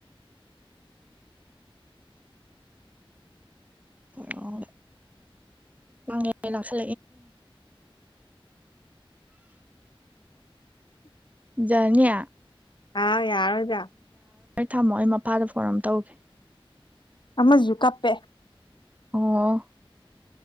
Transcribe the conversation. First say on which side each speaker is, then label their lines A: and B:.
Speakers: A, on the right (about 15°); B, on the left (about 55°).
A: ꯑꯣ <unintelligible> ꯑꯁ ꯖꯥꯅꯤ
B: ꯑꯥꯏ ꯌꯥꯔꯣꯏꯗ
A: ꯊꯝꯃꯣ ꯑꯩ ꯃꯄꯥꯗ ꯐꯣꯟ ꯑꯝ ꯇꯧꯒꯦ
B: ꯑꯃꯖꯨ ꯀꯞꯄꯦ
A: ꯑꯣ